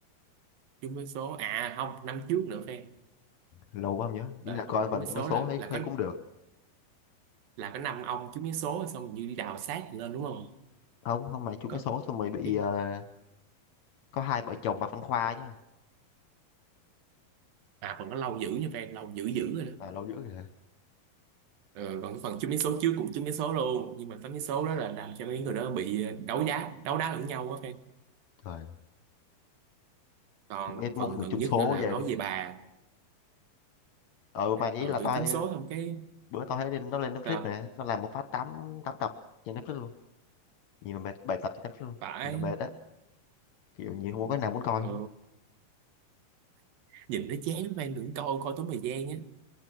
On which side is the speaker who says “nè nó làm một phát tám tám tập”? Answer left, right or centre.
Left